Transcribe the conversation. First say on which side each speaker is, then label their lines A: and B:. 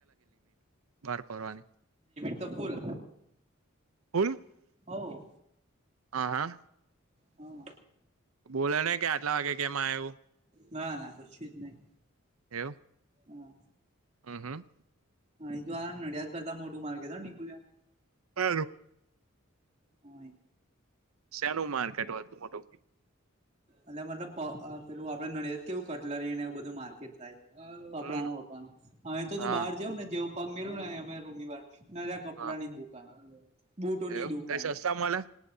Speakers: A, on the right; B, on the right.
A: બાર ફરવાની
B: દૂકુલ
A: <unintelligible>
B: હાઉ-
A: હા હા
B: હા
A: બોલો ને કે આટલા વાગે કેમાં આવ્યું
B: ના ના પછી જ નહીં
A: એવુ
B: હા
A: હમ હા
B: અહીં તો આ નડિયાદ કરતા મોટુ માર્કેટ હાન નિકુલિયા
A: અ
B: હ
A: શેનું માર્કેટ હો હતું મોટુ
B: એટલે મતલબ પેલું આપડે નડિયાદ કેવું કટલરીને એવું બધું માર્કેટ થાય કપડાનું
A: હમ
B: વપરાનું અહીં થી તો
A: હા
B: બહાર જઉં ને જેવું પગ મેળ્યું ને અમે રૂમ ની બાર નાના કપડાની
A: હા
B: દુકાન-બુટોની
A: એવું
B: દુકાન-
A: તઈ સસ્તા મળે